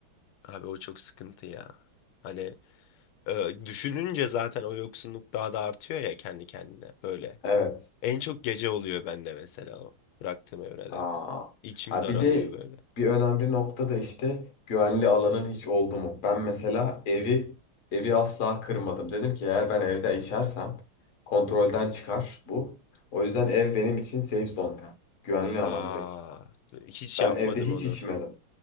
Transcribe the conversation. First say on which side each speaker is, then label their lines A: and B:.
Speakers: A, on the left; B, on the left.
A: Abi o çok sıkıntı ya. Hani e, düşününce zaten o yoksunluk daha da artıyor ya kendi kendine böyle.
B: Evet.
A: En çok gece oluyor bende mesela o bıraktığım evrelerde.
B: Aa.
A: İçim
B: Ha
A: daralıyor
B: bir de
A: böyle.
B: bir önemli nokta da işte güvenli alanın hiç oldu mu? Ben mesela evi evi asla kırmadım. Dedim ki eğer ben evde içersem kontrolden çıkar bu. O yüzden ev benim için safe zone yani. Güvenli
A: Aa,
B: alan direkt.
A: hiç
B: Ben
A: yapmadım
B: evde hiç
A: onu.
B: içmedim.